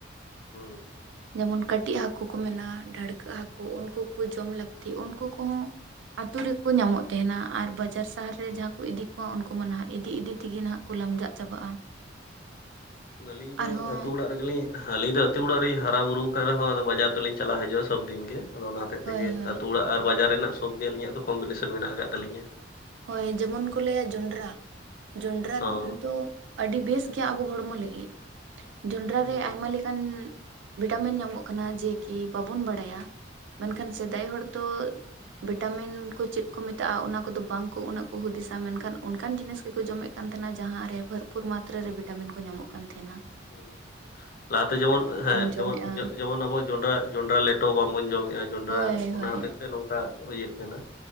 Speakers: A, on the left (about 50°); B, on the right (about 70°).
A: ᱦᱩᱸ
B: ᱡᱮᱢᱚᱱ ᱠᱟᱹᱴᱤᱡ ᱦᱟᱹᱠᱩ ᱠᱚ ᱢᱮᱱᱟ ᱰᱷᱟᱹᱲᱠᱟᱹᱜ ᱦᱟᱹᱠᱩ ᱩᱱᱠᱩ ᱠᱚ ᱡᱚᱢ ᱞᱟᱹᱠᱛᱤ ᱩᱱᱠᱩ ᱠᱚᱦᱚᱸ ᱟᱛᱳ ᱨᱮᱠᱚ ᱧᱟᱢᱚᱜ ᱛᱟᱦᱮᱱᱟ ᱟᱨ ᱵᱟᱡᱟᱨ ᱥᱟᱦᱟᱨ ᱨᱮ ᱡᱟᱦᱟᱸ ᱠᱚ ᱤᱫᱤ ᱠᱚᱣᱟ ᱩᱱᱠᱩ ᱢᱟ ᱱᱟᱦᱟᱜ ᱤᱫᱤᱼᱤᱫᱤ ᱛᱤᱜᱮ ᱱᱟᱦᱟᱜ ᱠᱚ ᱞᱟᱢᱡᱟᱜ ᱪᱟᱵᱟᱜᱼᱟ᱾
A: ᱟᱹᱞᱤᱧ ᱫᱚ
B: ᱟᱨᱦᱚᱸ
A: ᱟᱹᱛᱩ ᱚᱲᱟᱜ ᱨᱮᱜᱮᱞᱤᱧ ᱟᱹᱞᱤᱧ ᱫᱚ ᱟᱹᱛᱩ ᱚᱲᱟᱜ ᱨᱤᱧ ᱦᱟᱨᱟ ᱵᱩᱨᱩ ᱟᱠ ᱠᱟᱱ ᱨᱮᱦᱚᱸ ᱟᱫᱚ ᱵᱟᱡᱟᱨ ᱫᱚᱞᱤᱧ ᱪᱟᱞᱟᱜ ᱦᱤᱡᱩᱜᱼᱟ ᱥᱚᱵ ᱫᱤᱱ ᱜᱮ ᱟᱫᱚ ᱚᱱᱟ
B: ᱦᱳᱭ
A: ᱛᱮᱜᱮ
B: ᱦᱳᱭ
A: ᱟᱹᱛᱩ ᱚᱲᱟᱜ ᱟᱨ ᱵᱟᱡᱟᱨ ᱨᱮᱱᱟᱜ ᱥᱚᱵ ᱜᱮ ᱟᱹᱞᱤᱧᱟᱜ ᱫᱚ ᱠᱚᱢᱯᱤᱴᱤᱥᱚᱱ ᱢᱮᱱᱟᱜ ᱟᱠᱟᱫ ᱛᱟᱹᱞᱤᱧᱟ
B: ᱦᱳᱭ ᱡᱮᱢᱚᱱ ᱠᱚ ᱞᱟᱹᱭᱟ ᱡᱚᱸᱰᱽᱨᱟ, ᱡᱚᱸᱰᱽᱨᱟ
A: ᱦᱚᱸ
B: ᱫᱚ, ᱟᱹᱰᱤ ᱵᱮᱥ ᱜᱮᱭᱟ ᱟᱵᱚ ᱦᱚᱲᱢᱚ ᱞᱟᱹᱜᱤᱜ ᱡᱚᱸᱰᱨᱟ ᱨᱮ
A: ᱦᱩᱸ
B: ᱟᱭᱢᱟ ᱠᱟᱱ ᱵᱷᱤᱴᱟᱢᱤᱱ ᱧᱟᱢᱚᱜ ᱠᱟᱱᱟ ᱡᱮ ᱠᱤ ᱵᱟᱵᱚᱱ ᱵᱟᱰᱟᱭᱟ ᱢᱮᱱᱠᱷᱟᱱ ᱥᱮᱫᱟᱭ ᱦᱚᱲ ᱫᱚ ᱵᱷᱮᱴᱟᱢᱤᱱ ᱠᱚ ᱪᱮᱫ ᱠᱚ ᱢᱮᱛᱟᱜᱼᱟ, ᱚᱱᱟ ᱠᱚᱫᱚ ᱵᱟᱝ ᱩᱱᱟᱹᱜ ᱠᱚ ᱦᱩᱫᱤᱥᱟ ᱢᱮᱱᱠᱷᱟᱱ ᱚᱱᱠᱟᱱ ᱡᱤᱱᱤᱥ ᱜᱮᱠᱚ ᱡᱚᱢᱮᱜ ᱠᱟᱱ ᱛᱟᱦᱮᱸᱱᱟ ᱡᱟᱦᱟᱸ ᱨᱮ ᱵᱷᱚᱨᱯᱩᱨ ᱢᱟᱛᱨᱟ ᱨᱮ ᱵᱷᱮᱴᱟᱢᱤᱱ ᱠᱚ ᱧᱟᱢᱚᱜ ᱠᱟᱱ ᱛᱟᱸᱦᱮᱱᱟ
A: <unintelligible> ᱞᱟᱦᱟᱛᱮ ᱡᱮᱢᱚᱱ ᱦᱮᱸ
B: ᱡᱚᱢᱮᱫᱼᱟ
A: ᱡᱮᱢᱚᱱ ᱡᱮᱢᱚᱱ ᱟᱵᱚ ᱡᱚᱸᱰᱨᱟ ᱡᱚᱸᱰᱨᱟ ᱞᱮᱴᱚ ᱵᱟᱝᱵᱚᱱ ᱡᱚᱢᱮᱜᱼᱟ ᱡᱚᱸᱰᱨᱟ
B: ᱦᱳᱭ
A: ᱚᱱᱟ
B: ᱦᱳᱭ
A: ᱦᱚᱛᱮᱫ ᱛᱮ ᱱᱚᱝᱠᱟ ᱤᱭᱟᱹᱜ ᱠᱟᱱᱟ